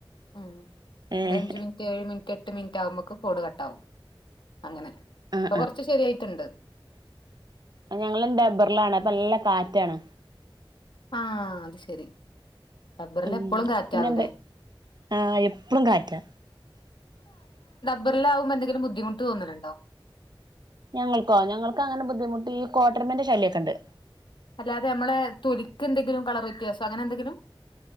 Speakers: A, on the left; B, on the right.
A: ഉം
B: ഏഹ്
A: ഒരഞ്ചു മിനിറ്റ് ഏഴ് മിനിറ്റ് എട്ട് എട്ട് മിനിറ്റ് ആകുമ്പോക്ക് കോള് കട്ടാവും അങ്ങനെ
B: ഉം
A: ഇപ്പൊ കൊറച്ച് ശരിയായിട്ടുണ്ട്
B: ഉം ഞങ്ങളും ഡബ്ബറിലാണ് നല്ല കാറ്റാണ്
A: ആഹ് അത് ശെരി ഡബ്ബറില്
B: ഉം
A: എപ്പൊളും കാറ്റാവും
B: പിന്നെന്ത്
A: ലേ
B: ആഹ് എപ്പളും കാറ്റാ
A: ബ്ബറിലാവുമ്പ എന്തെങ്കിലും ബദ്ധിമുട്ട് തോന്നലുണ്ടോ
B: ഞങ്ങൾക്കോ ഞങ്ങൾക്ക് അങ്ങനെ ബുദ്ധിമുട്ടി കോട്ടെരമെന്റെ ശല്യൊക്കെ ഇണ്ട്
A: അല്ലാതെ നമ്മളെ തൊലിക്ക് എന്തെങ്കിലും കളറ് വ്യത്യാസം അങ്ങനെ എന്തെങ്കിലും